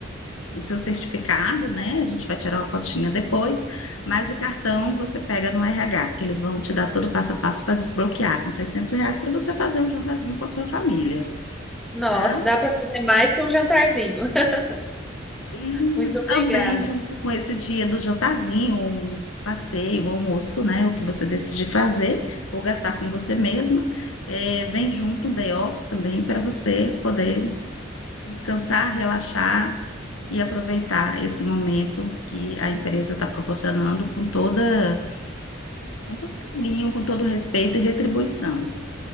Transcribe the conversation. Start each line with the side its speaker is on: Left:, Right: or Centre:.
Left: o seu certificado, né? A gente vai tirar uma fotinha depois, mas o cartão você pega no RH, que eles vão te dar todo o passo a passo para desbloquear, com 600 reais para você fazer um jantarzinho com a sua família,
Centre: Nossa,
Left: tá?
Centre: dá para fazer mais que um jantarzinho. <laughs>
Left: E
Centre: Muito obrigada.
Left: também junto com esse dia do jantarzinho, um passeio, um almoço, né? O que você decidir fazer ou gastar com você mesma, eh, vem junto um day off também para você poder descansar, relaxar e aproveitar esse momento que a empresa está proporcionando com toda, com todo carinho, com todo respeito e retribuição.